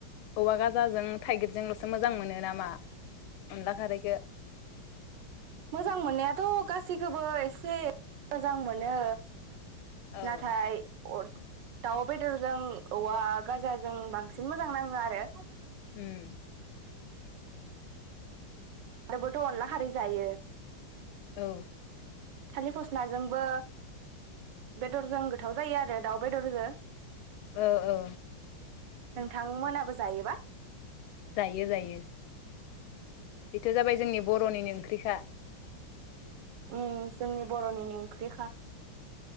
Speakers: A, on the left; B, on the right.
A: औवा गाजाजों थाइगिरजोंल'सो मोजां मोनो नामा अनला खारैखो
B: मोजां मोननायाथ' गासैखौबो एसे मोजां मोनो।
A: औ
B: नाथाय अ दाउ बेदरजों औवा गाजाजों बांसिन मोजां नाङो आरो।
A: उम
B: आरोबोथ' अनला खारै जायो।
A: औ
B: थालिर फस्लाजोंबो बेदरजों गोथाव जायो आरो दाउ बेदरजो
A: ओ औ
B: नोंथांमोनाबो जायोबा?
A: जायो जायो। बेथ' जाबाय जोंनि बर'निनो ओंख्रिखा।
B: उम जोंनि बर'निनो ओंख्रिखा।